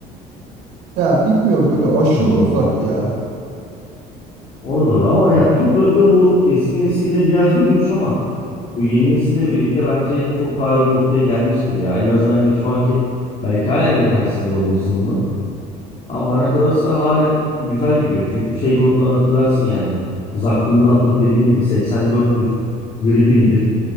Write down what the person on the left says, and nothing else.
O da
doğru.
O da doğru ama ya Türk rock'ı bu eski nesille biraz yürümüş ama Bu yeni nesille birlikte bence çok daha iyi bir noktaya gelmiş gibi ya. En azından hani şu anki belki halen yetersiz bulabilirsin bunu. Ama bana kalırsa halen güzel gidiyor. Çünkü şey gruplarını hatırlarsın yani. Zakkum'dan tut dediğin gibi 84'tür. Gripin'dir.